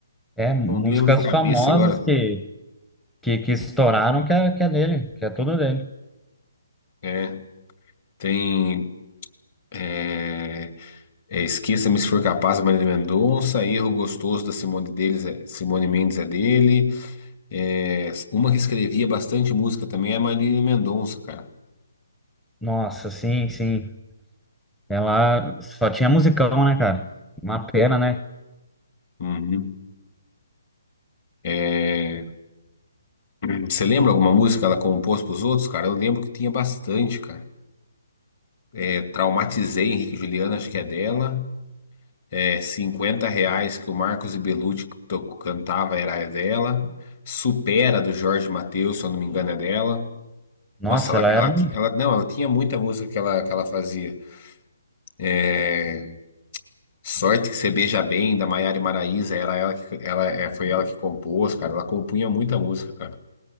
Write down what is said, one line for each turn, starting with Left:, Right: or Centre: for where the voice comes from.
Centre: É, músicas
Left: Não lembro de cabeça
Centre: famosas
Left: agora.
Centre: que, que, que estouraram que é, que é dele, que é tudo dele.
Left: É, tem. é, É, Esqueça-me se for capaz, da Marília Mendonça. Erro Gostoso da Simone deles, é- Simone Mendes é dele. É, uma que escrevia bastante música também é a Marília Mendonça, cara.
Centre: Nossa, sim, sim. Ela só tinha musicão, né, cara? Uma pena, né?
Left: Uhum. É, <clears throat> você lembra alguma música que ela compôs para os outros, cara? Eu lembro que tinha bastante, cara. É, Traumatizei Henrique e Juliana, acho que é dela. É, 50 reais que o Marcos e Belucci to- cantava era dela. Supera do Jorge Mateus, se eu não me engano, é dela.
Centre: Nossa,
Left: Nossa, ela,
Centre: ela era.
Left: ela, ti-
Centre: um
Left: ela, não, ela tinha muita música que ela, que ela fazia. É, Sorte que você beija bem, da Maiara e Maraíza, era ela que, ela, é, foi ela que compôs, cara. Ela compunha muita música, cara.